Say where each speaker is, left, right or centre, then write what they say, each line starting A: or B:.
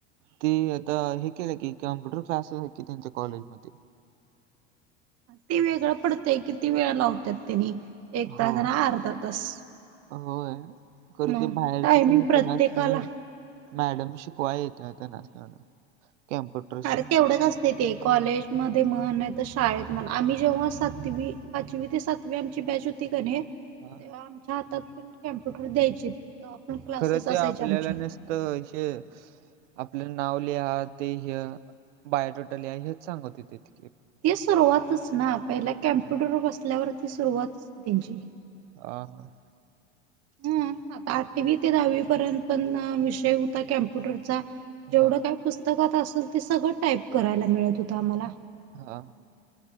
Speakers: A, on the right; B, on the right.
A: ते आता हे केलं की कम्प्युटर क्लासेस आहे की त्यांच्या कॉलेजमध्ये.
B: ती वेगळं पडते किती वेळ लावतात त्यांनी एक
A: हो.
B: तास आणि अर्धा तास.
A: होय कधी
B: मग
A: ते बाहेरची
B: टायमिंग
A: पण केलाच
B: प्रत्येकाला
A: नाही. मॅडम शिकवा येत त्या नाचताला. कॅप्यूटर.
B: अरे तेवढंच असं यथे कॉलेजमध्येध्ये म्हण आहे तर शाळेत म्हण आम्ही जेव्हा सातवी पाचवी ते सातवी आमची बॅच तेव्हा
A: हां.
B: आमच्या हातात पण कॅम्प्युटर द्यायचे. पण क्लासेस
A: खरं
B: असायचे
A: ते आपल्याला
B: आमचे
A: नसत हेे आपलं नाव लिहा ते ह बायोटोट लिहा हेच सांगत होतीत.
B: ती सुरुवातच ना पहिला कम्प्युटर
A: हां
B: बसल्यावरती सुरुवातचते त्यांची
A: आ हा.
B: हा आता आठवी ते दहावी पर्यंत पण विषय होता कॉम्प्युटरचा. जेवढं
A: हां हां,
B: काय पुस्तकात असेल ते सगळं टाईप करायला मिळत होतं आम्हाला
A: हा.